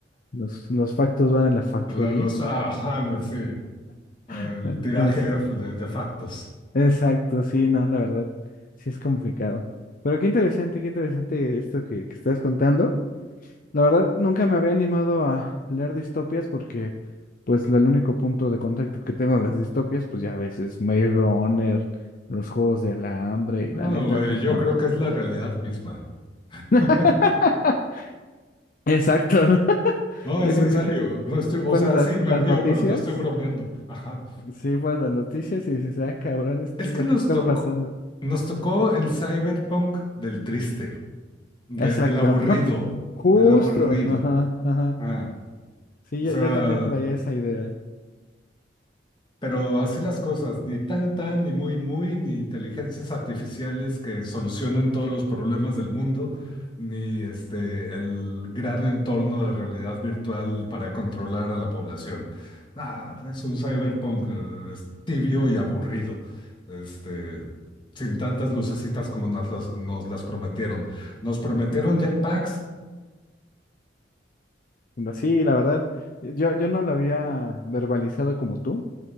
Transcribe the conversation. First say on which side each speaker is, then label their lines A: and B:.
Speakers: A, on the left; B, on the left.
A: Los, los factos van en la factoría.
B: La- Los, ajá, la- sí, el
A: <laughs> Entonces,
B: tiraje de, de factos.
A: exacto, sí, no, la verdad, sí es complicado. Pero qué interesante, qué interesante esto que, que estás contando. La verdad, nunca me había animado a leer distopias porque, pues, el único punto de contacto que tengo de las distopias, pues ya a veces Maze Runner, los juegos del hambre y
B: No,
A: la neta,
B: güey,
A: pues
B: yo
A: no.
B: creo que es la realidad misma. <laughs>
A: <laughs> Exacto, ¿no? <laughs>
B: No,
A: Yo
B: es
A: creo
B: en serio.
A: que <laughs>
B: No estoy,
A: tú
B: o
A: pones
B: sea,
A: las,
B: sí, me
A: las
B: río,
A: noticias,
B: pero no estoy bromeando. Ajá.
A: sí, pones las noticias y dices, ah, cabrón, esto
B: Es
A: es
B: que
A: lo
B: nos
A: que está
B: tocó,
A: pasando.
B: nos tocó el cyberpunk del triste, de-
A: Exacto.
B: del aburrido,
A: <laughs> Justo,
B: del aburrido.
A: ajá, ajá.
B: Ah,
A: Sí,
B: o
A: yo,
B: sea,
A: yo también traía esa idea.
B: pero así las cosas, ni tan tan, ni muy muy, ni inteligencias artificiales que solucionen todos los problemas del mundo, ni este el gran entorno de realidad virtual para controlar a la población. Ah, es un cyberpunk eh, es tibio y aburrido, este, sin tantas lucecitas como nos las, nos las prometieron. Nos prometieron jetpacks.
A: Pero Sí, la verdad, yo, yo no lo había verbalizado como tú.